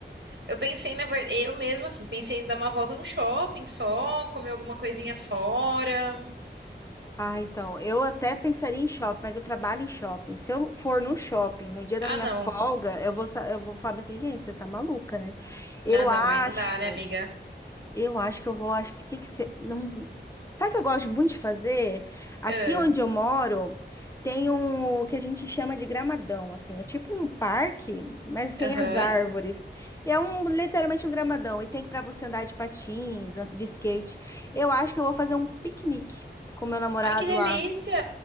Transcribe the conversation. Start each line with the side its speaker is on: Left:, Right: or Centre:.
Right: Eu pensei, na verdade, eu mesma, assim, pensei em dar uma volta no shopping só, comer alguma coisinha fora.
Left: Ah, então, eu até pensaria em shopping, mas eu trabalho em shopping. Se eu for no shopping no dia da
Right: Ah,
Left: minha
Right: não.
Left: folga, eu vou, sa- eu vou falar assim, gente, você tá maluca, né?
Right: Ah,
Left: Eu
Right: não,
Left: acho,
Right: aí não dá, né, amiga?
Left: eu acho que eu vou, acho que, que, que você, não, sabe o que eu gosto muito de fazer? Aqui
Right: Ah,
Left: onde eu moro, tem um o que a gente chama de gramadão, assim, é tipo um parque, mas sem
Right: Aham.
Left: as árvores. É um literalmente um gramadão e tem para você andar de patins, de skate. Eu acho que eu vou fazer um piquenique com meu namorado
Right: Ai, que delícia!
Left: lá.